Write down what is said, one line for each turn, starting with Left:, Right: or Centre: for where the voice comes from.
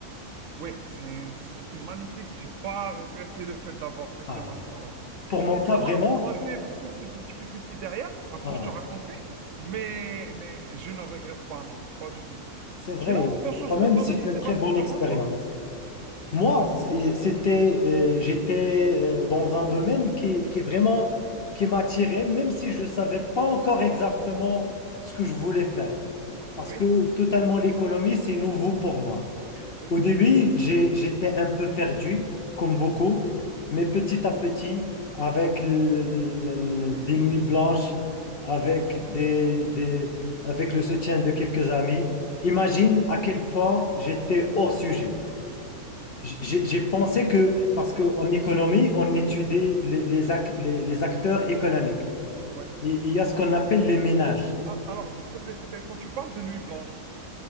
Right: Oui, c'est une discipline magnifique. J'ai pas regretté le fait d'avoir fait ce
Left: Ah,
Right: master-là.
Left: pour
Right: Et
Left: mon cas,
Right: ça
Left: vraiment.
Right: m'a, ça m'a fait beaucoup plus de difficultés derrière. Après,
Left: Ah,
Right: je te raconterai. Mais, mais je ne regrette pas, non, pas du tout.
Left: c'est
Right: Sinon,
Left: vrai.
Right: ton changement
Left: Quand même,
Right: de domaine,
Left: c'est
Right: il
Left: une
Right: s'est
Left: très
Right: passé
Left: bonne
Right: comment,
Left: expérience.
Right: toi?
Left: Moi,
Right: Oui.
Left: c'est- c'était,
Right: ouais,
Left: euh, j'étais euh, dans un domaine qui, qui vraiment qui m'attirait,
Right: mhm,
Left: même si je ne savais pas encore exactement ce que je voulais faire. Parce
Right: Oui.
Left: que totalement l'économie, c'est nouveau pour moi.
Right: Oui.
Left: Au début, j'ai- j'étais un peu perdu, comme beaucoup,
Right: mhm,
Left: mais petit
Right: ouais,
Left: à petit, avec le- le- le- des nuits blanches, avec
Right: mhm,
Left: des, des- avec le soutien de quelques amis, imagine à quel point j'étais hors sujet.
Right: Ok.
Left: J'ai j'ai pensé que, parce
Right: Alors,
Left: qu'en économie, on étudie
Right: ouais,
Left: les, les, ac- les- les acteurs économiques.
Right: ouais.
Left: Et il y a ce qu'on appelle les ménages.
Right: Ah, Alors, s'il te plaît, s'il te plaît, quand tu parles de nuit blanche,